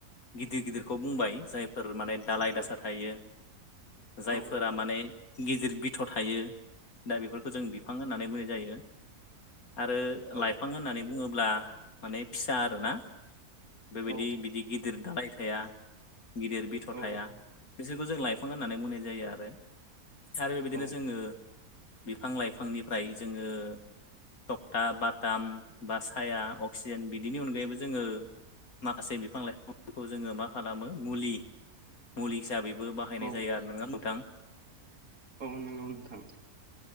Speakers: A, on the left; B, on the right.
A: गिदिर गिदिरखौ बुंबाय जायफोर माने दालाय
B: औ
A: दासा थायो जायफोरा
B: औ
A: माने गिदिर बिथ थायो दा बेफोरखौ जों बिफां होननानै बुंनाय जायो आरो
B: औ
A: लाइफां होननानै बुङो ब्ला माने फिसा आरोना बेबायदि
B: औ
A: बिदि गिदिर दालाय थाया गिदिर बिथ
B: औ
A: थाया बिसोरखौ जों लाइफां होननानै बुंनाय जायो आरो आरो बेबायदिनो
B: औ
A: जोङो बिफां लाइफांनिफ्राय जोङो थक्था बाथाम बा साया अक्सिजेन बिदिनि अनगायैबो जोङो माखासे बिफां लाइफांफोरखौ जोङो मा खालामो मुलि मुलि हिसाबै बो बायनाय
B: औ
A: जाया आरो ना नोंथां
B: औ नोंगौ नोंथां